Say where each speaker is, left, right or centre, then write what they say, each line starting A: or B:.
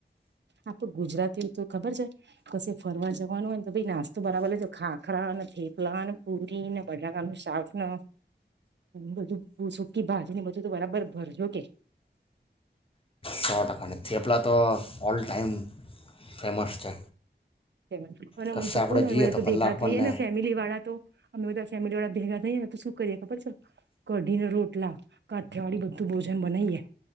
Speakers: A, on the right (about 70°); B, on the left (about 30°).
A: આપે ગુજરાતીઓ તો ખબર છે, કશે ફરવા જવાનું હોય ને તો ભ નાસ્તો બરાવાર લેજો ખા ખરા નથી પ્લાન પૂરી ને બટાકાનુંું સાટ નુ બધું સુકી બાજુ ને બધું તો બરાબર ભરજો કે.
B: સો ટકા અને થેપલા તો ઓલ ટાઈમ ફેમસ છે.
A: હું
B: કશે
A: તો
B: આપણે
A: કહ બધા
B: જઈએ
A: તો
B: પહેલાં
A: ભેગા
B: આપણને
A: થઈએ ને ફેમિલી વાળા તો અમે બધા ફેમિલી વાળા ભેગા શું કરીએ ખબર છે, કઢી ના રોટલા કાઠિયાવાળી બધું ભોજન બનાઈએ